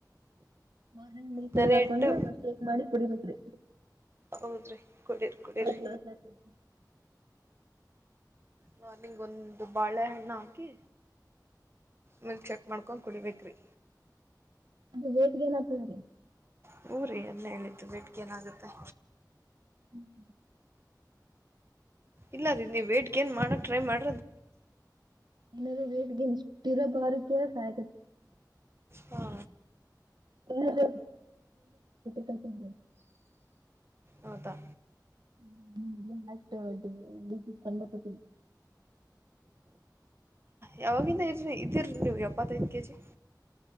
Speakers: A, on the right; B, on the right.
A: ಮಾರ್ಂಗ ಮ ಕುಳದ
B: ನೆನೆ
A: ಹಾಕೊಂಡು
B: ಇಟ್ಟು
A: ಶೇಕ್ ಮಾಡಿ ಕುಡಿಬಿಟ್ರಿ.
B: ಹೌದ್ರಿ ಕುಡೀರಿ ಕುಡ್ರರಿ.
A: ವೇಟ್ ಲಾಸ್ ಆಗ್ತದ.
B: ಮಾರ್ನ್ಗ್ ಒಂದು ಬಾಳೆಹಣ್ಣ ಹಾಕಿ ಮ ಚ. ಮಾಡ್ಕೊಂಡು ಕುಡಿಬೇಕ್ರೀ.
A: ಅದು ವೈಟ್ ಗೈನ್ ಆಗ್ತದ್ರಿ
B: ಹೂ ರಿ ಅದೆ ಹೇಳಿದ್ದು ವೈಟ್ ಗೇನ್ ಆಗುತ್ತೆ
A: ಹ್ಞ <inaudible>
B: ಇಲ್ಲ ರೀ ನೀವು ವೈಟ್ ಗೈನ್ ಮಾಡಕ್ ಟ್ರೈ ಮಾಡ್
A: ಇಲ್ಲಾ ರೀ <inaudible> ಬೇಟ್ಗ ಇಷ್ಟ ಇರಬಾರು ಕೆಲಸ ಆಯತದೆ
B: ಹಾ
A: ಹ ಹತ ಕ <inaudible>
B: ಹೌದಾ
A: ಹ್ಮ ಎಲ್ಲ ಆತ ಕಂಡಪತನ <inaudible>
B: ಯಾವಾಗಿಂದ ಇದ್ರಿ ಇದಿರರಿ ನೀವ್ ಎಪ್ಪತ್ತೈದ ಕೆಜಿ